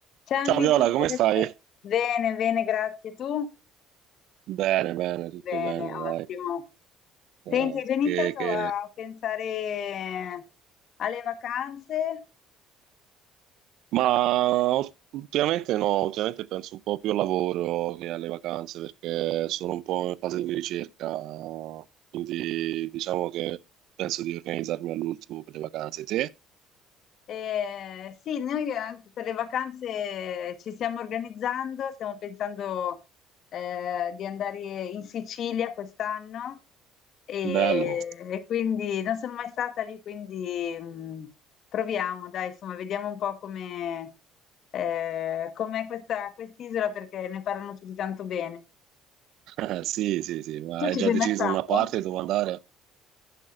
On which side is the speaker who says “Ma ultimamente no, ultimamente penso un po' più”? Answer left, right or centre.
Right